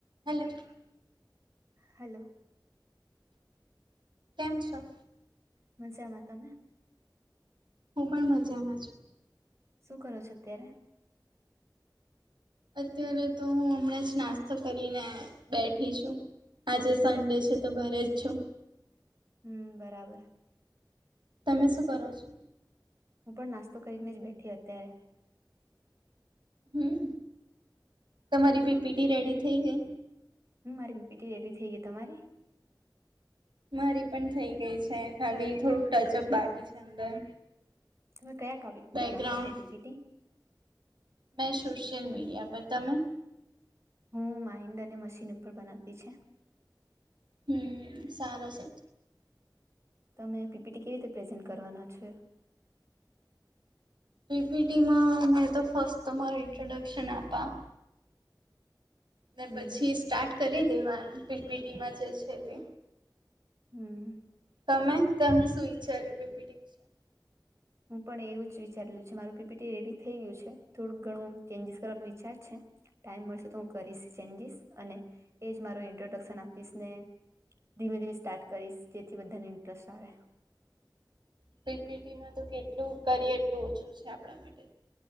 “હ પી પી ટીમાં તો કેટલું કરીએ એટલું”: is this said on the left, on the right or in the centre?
Right